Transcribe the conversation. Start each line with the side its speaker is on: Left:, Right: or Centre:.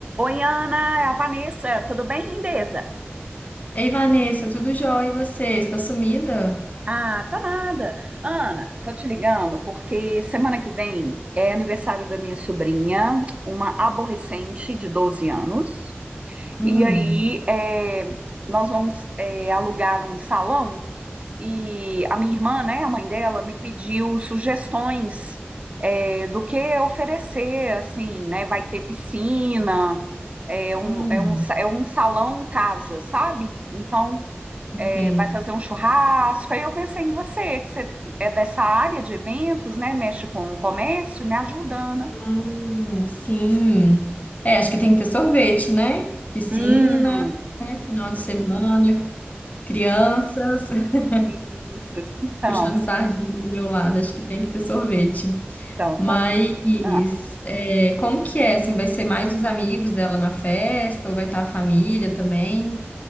Right: Oi, Ana, é a Vanessa. Tudo bem, lindeza?
Left: Ei, Vanessa, tudo jóia? E você? Está sumida?
Right: Ah, tá nada. Ana, tô te ligando porque semana que vem é aniversário da minha sobrinha, uma aborrecente de 12 anos.
Left: Hum,
Right: E aí, é, nós vamos, é, alugar um salão e a minha irmã, né, a mãe dela, me pediu sugestões, é, do que oferecer, assim, né? Vai ter piscina, é um,
Left: hum,
Right: é um, sa- é um salão casa, sabe? Então. é,
Left: sim.
Right: vai fazer um churrasco. Aí eu pensei em você, que você é dessa área de eventos, né? Mexe com o comércio, me ajuda, Ana.
Left: Hum, sim. É, acho que tem que ter sorvete, né? Piscina,
Right: Hum,
Left: né? Final de semana, crianças, <laughs>
Right: isso. Então,
Left: puxando sardinha pro meu lado, acho que tem que ter sorvete.
Right: então,
Left: Mas
Right: tá. Não.
Left: é, como que é? Assim, vai ser mais os amigos dela na festa ou vai estar a família também?